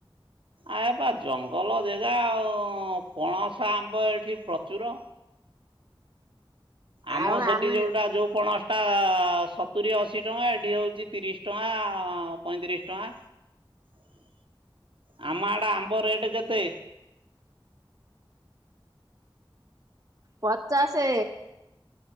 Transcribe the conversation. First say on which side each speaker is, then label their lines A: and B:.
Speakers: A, on the right (about 70°); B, on the right (about 40°).
A: ଆ ଏ ବା ଜଙ୍ଗଲ ଜାଗା ଆଉ ପଣସ ଆମ୍ବ ଏଠି ପ୍ରଚୁର। ଆମ
B: ଆଉ
A: ସେଠି
B: ଆମେ
A: ଯୋଉଟା ଯୋଉ ପଣସ୍ ତା ସତୁରିୀ ଅଶୀ ଟଙ୍କା ଏଠି ହଉଛି ତିରିଶ ଟଙ୍କା ପଇତିରିଶ ଟଙ୍କା । ଆମ ଆଡେ ଆମ୍ବ ରେଟ କେତେ?
B: ପଚାସେ।